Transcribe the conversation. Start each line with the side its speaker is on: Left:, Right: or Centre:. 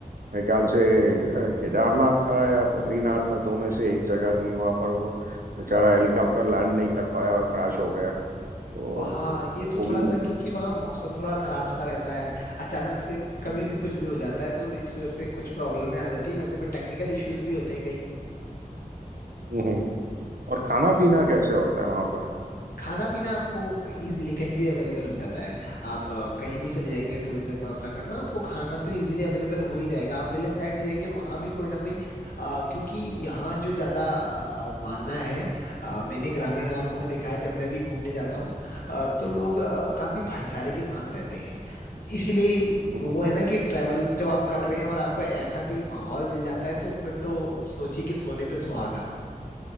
Right: मेरे ख्याल से अ, केदारनाथ था या बद्रीनाथ था दो में से एक जगह थी वहां पर वो बेचारा हेलीकॉप्टर लैंड नहीं कर पाया और क्रैश हो गया तो
Left: वहाँ
Right: अ,
Left: ये तो
Right: वो
Left: थोड़ा
Right: भी
Left: सा
Right: है।
Left: क्योंकि वहाँ मौसम थोड़ा खराब सा रहता है अचानक से कभी
Right: हम्म,
Left: भी कुछ भी हो जाता है तो इस वजह से कुछ प्रॉब्लम में आ जाती है वैसे भी टेक्निकल इश्यूज भी होते हैं
Right: हम्म। हम्म, और
Left: कई
Right: खाना पीना कैसे होता है वहां पर
Left: खाना पीना आपको इजीली कहीं भी अवेलेबल हो जाता है आप अ, कहीं भी चले जाएंगे टूरिज्म में उत्तराखंड में आपको खाना तो इजीली अवेलेबल हो ही जाएगा आप विलेज साइड भी जाएंगे वहां भी कोई ना कोई अ, क्योंकि यहाँ जो ज्यादा अ, मानना है अ, मैंने ग्रामीण इलाकों में देखा है जब मैं भी घूमने जाता हूँ अ, तो लोग अ, काफी भाईचारे के साथ रहते हैं इसीलिए
Right: हम्म,
Left: वो
Right: हम्म।
Left: है ना कि ट्रैवल जब आप कर रहे हैं और आपको ऐसा कोई माहौल मिल जाता है तो फिर तो सोचिए कि सोने पे सुहागा